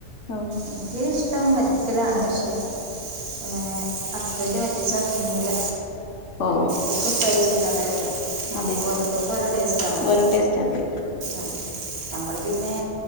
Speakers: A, on the left (about 60°); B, on the right (about 80°).
A: ഉം
B: ഇൻക്ക് ഇഷ്ട്ടം വറ്റിക്കലാണ് പക്ഷേ ഏഹ് ഹസ്ബന്റ വറ്റിച്ചാ തിന്നൂല
A: ഓ
B: ഓൽക്ക് ഫ്രൈ ചെയ്യ്ണത ഇഷ്ടം നമ്മക്ക്
A: അതെ
B: ഓരൊത്തർക്ക് ഓരോ ടേസ്റ്റാണല്ലൊ
A: ഓരോ ടേസ്റ്റ് അതെ
B: അദെ നമ്മള് പിന്നെ